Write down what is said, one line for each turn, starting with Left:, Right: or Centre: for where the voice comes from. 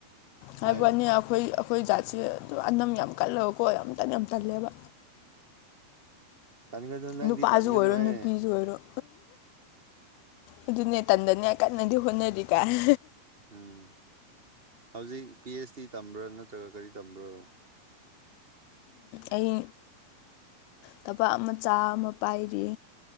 Left: ꯍꯥꯏ
Right: ꯍꯥꯏꯌꯣ
Left: ꯋꯥꯅꯤ ꯑꯩꯈꯣꯏ ꯑꯩꯈꯣꯏ ꯖꯥꯠꯁꯦ ꯑꯗꯨꯝ ꯑꯅꯝ ꯌꯥꯝ ꯀꯜꯂꯕꯀꯣ ꯌꯥꯝ ꯇꯟ ꯌꯥꯝ ꯇꯜꯂꯦꯕ
Right: ꯇꯥꯟꯒꯗ ꯅꯪꯗꯤ
Left: ꯅꯨꯄꯥꯁꯨ
Right: ꯇꯥꯟꯒꯅꯣꯍꯦ
Left: ꯑꯣꯏꯔꯣ ꯅꯨꯄꯤꯁꯨ ꯑꯣꯏꯔꯣ ꯑꯗꯨꯅꯦ ꯇꯟꯗꯅꯦ ꯀꯟꯅꯗꯤ ꯍꯣꯠꯅꯔꯤꯒꯥꯏ
Right: ꯎꯝ ꯍꯧꯖꯤꯛ ꯄꯤ ꯑꯩꯆ ꯗꯤ ꯇꯝꯕ꯭ꯔꯥ ꯅꯠꯇ꯭ꯔꯒ ꯀꯔꯤ ꯇꯝꯕ꯭ꯔꯣ
Left: ꯑꯩ ꯊꯕꯥꯛ ꯃꯆꯥ ꯑꯃ ꯄꯥꯏꯔꯤ